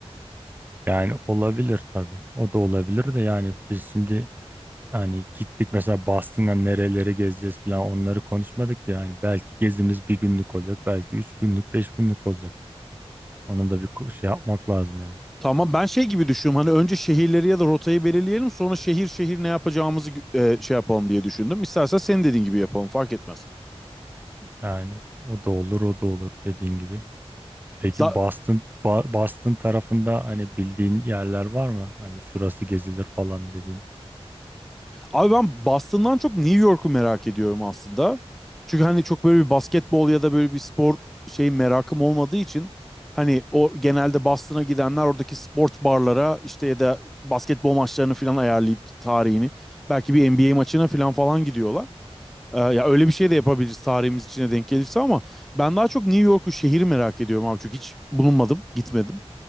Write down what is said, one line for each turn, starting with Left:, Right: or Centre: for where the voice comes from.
Right: <laughs> Yani olabilir tabii. O da olabilir de yani biz şimdi Yani gittik mesela Boston'a nerelere gezeceğiz falan onları konuşmadık ya. Yani belki gezimiz bir günlük olacak, belki üç günlük, beş günlük olacak. Ona da bir ko- şey yapmak lazım yani.
Centre: Tamam ben şey gibi düşünüyorum hani önce şehirleri ya da rotayı belirleyelim sonra şehir şehir ne yapacağımızı e, şey yapalım diye düşündüm. İstersen senin dediğin gibi yapalım fark etmez.
Right: Yani o da olur, o da olur dediğin gibi. Peki
Centre: Za-
Right: Boston, Ba- Boston tarafında hani bildiğin yerler var mı? Hani şurası gezilir falan dedin.
Centre: Abi ben Boston'dan çok New York'u merak ediyorum aslında. Çünkü hani çok böyle bir basketbol ya da böyle bir spor şey merakım olmadığı için hani o genelde Boston'a gidenler oradaki sport barlara işte ya da basketbol maçlarını falan ayarlayıp tarihini belki bir NBA maçına falan falan gidiyorlar. Ee, ya öyle bir şey de yapabiliriz tarihimiz içine denk gelirse ama ben daha çok New York'u şehir merak ediyorum abi çünkü hiç bulunmadım, gitmedim.